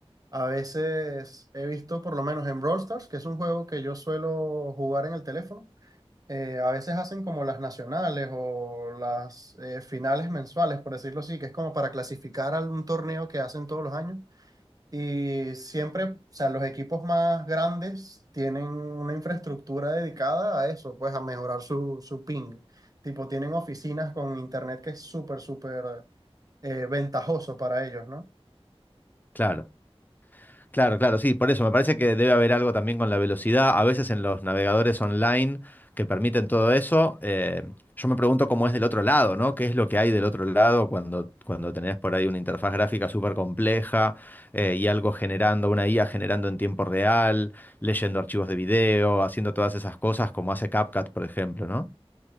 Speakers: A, on the right (about 35°); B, on the left (about 15°).
A: A veces he visto, por lo menos en Brawl Stars, que es un juego que yo suelo jugar en el teléfono, eh, a veces hacen como las nacionales o las eh, finales mensuales, por decirlo así, que es como para clasificar a un torneo que hacen todos los años. Y siempre, o sea, los equipos más grandes tienen una infraestructura dedicada a eso, pues a mejorar su, su ping. Tipo, tienen oficinas con internet que es súper, súper eh, ventajoso para ellos, ¿no?
B: Claro. Claro, claro, sí, por eso me parece que debe haber algo también con la velocidad. A veces en los navegadores online que permiten todo eso, eh, yo me pregunto cómo es del otro lado, ¿no? ¿Qué es lo que hay del otro lado cuando, cuando tenés por ahí una interfaz gráfica súper compleja eh, y algo generando, una IA generando en tiempo real, leyendo archivos de video, haciendo todas esas cosas como hace CapCut, por ejemplo, ¿no?